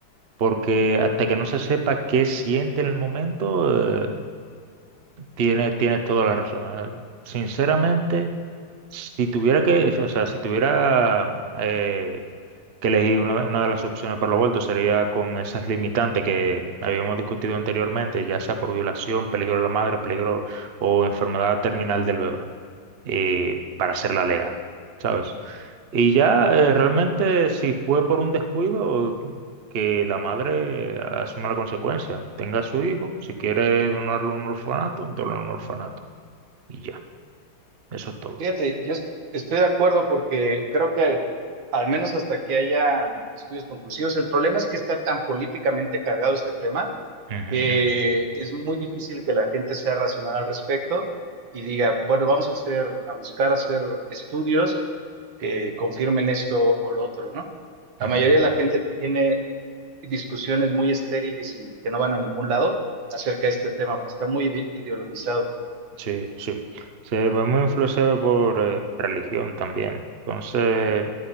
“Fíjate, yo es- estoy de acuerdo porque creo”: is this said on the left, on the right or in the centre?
Right